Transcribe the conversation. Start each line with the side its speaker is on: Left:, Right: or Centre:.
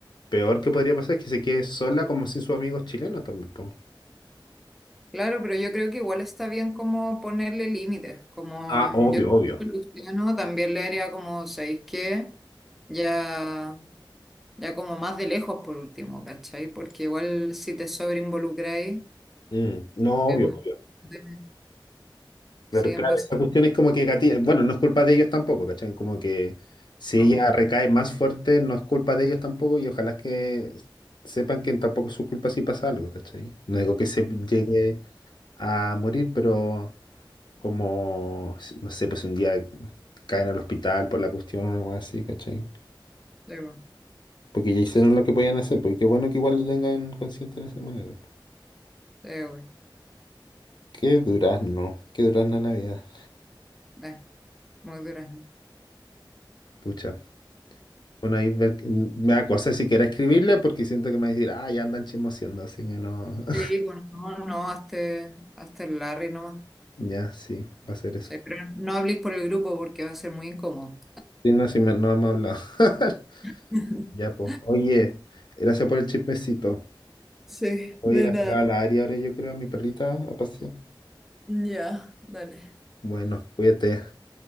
Left: peor que podría pasar es que se quede sola como sin sus amigos chilenos también. po.
Centre: Claro, pero yo creo que igual está bien como ponerle límites, como
Left: Ah,
Centre: em,
Left: obvio,
Centre: yo
Left: obvio.
Centre: siento que Luciano también le haría como, ¿sabéis qué? Ya, ya como más de lejos por último, ¿cachai? Porque igual si te sobreinvolucráis,
Left: Mm, no,
Centre: eh,
Left: obvio,
Centre: bueno,
Left: obvio.
Centre: te- siguen
Left: Pero claro,
Centre: pasando.
Left: esa cuestión es como que gati- bueno, no es culpa de ellos tampoco, ¿cachai? Como que si
Centre: cosas,
Left: ella
Centre: po.
Left: recae más fuerte, no es culpa de ellos tampoco y ojalá que sepan que tampoco es su culpa si pasa algo, ¿cachai? No digo que se llegue a morir, pero... como, no sé, pues si un día caen al hospital por la cuestión o algo así, ¿cachai?
Centre: Sí, po.
Left: Porque ya hicieron
Centre: Sí,
Left: lo que podían hacer, porque qué bueno que igual lo tengan consciente de esa manera.
Centre: güey.
Left: Qué durazno, qué durazno la vida.
Centre: Eh, muy durazno.
Left: Pucha. Bueno, ahí ver- me da cosa si quiera escribirle porque siento que me va a decir, ah, ya andan chismoseando, así que no. <laughs>
Centre: Sí, bueno, no, no, hazte, hazte el Larry nomás.
Left: Ya, sí, va a ser eso.
Centre: Sí, pero no hables por el grupo porque va a ser muy incómodo.
Left: Sí, no, sí, me- no hemos hablado. <laughs>
Centre: <laughs>
Left: Ya, pues. Oye, gracias por el chismecito.
Centre: Sí,
Left: Voy
Centre: de
Left: a ir a
Centre: nada.
Left: sacar a la área ahora, yo creo, a mi perrita a pasear.
Centre: Ya, dale.
Left: Bueno, cuídate.